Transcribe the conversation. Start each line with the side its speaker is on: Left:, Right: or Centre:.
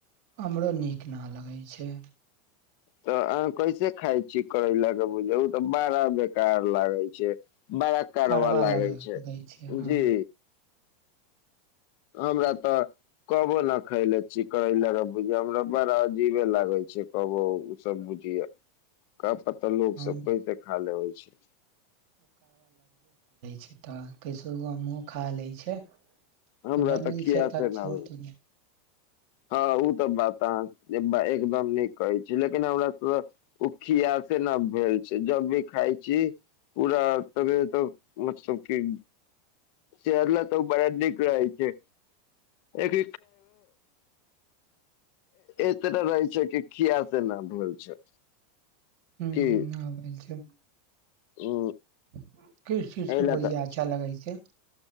Right: हमरो नीक न लगै छै।
Left: तऽ अहाँ कैसे खााय छीिय करैला के बुझ ओ तऽ बड़ा बेकार लागै छै। बालक कार
Right: करवा
Left: लागे
Right: लग
Left: छै
Right: लगै हँ
Left: जी। हमरा तऽ कबो ने खयले छीिय कहै ल बुझिय हमरा बड़ा अजीबे लागे छै कबो ओ सब बुझिय प। तऽ लोकोग
Right: हम
Left: सब पैसे खा लेबै छै।
Right: सित कैसहुो मुँह खा लै छै।
Left: हमरा
Right: आ बनल
Left: तखीिया
Right: तऽ
Left: छै
Right: छोट
Left: ने।
Right: हुं
Left: हँ ओ तऽ बात ह एकदम नीक कहै छी लेकिन हमरा सब ओ खिय से न भेल छै जब भी खााय छी पूरा त मतलब क। शहरला तऽ बड़ा नीक रहै छै। एक एतना रहै छै कि खिया से नहि भेलल छै।
Right: ह
Left: की
Right: आ भ छै।
Left: उ
Right: किस चीजके
Left: एहि लए
Right: बोजिया
Left: तऽ
Right: अच्छा लगै छै।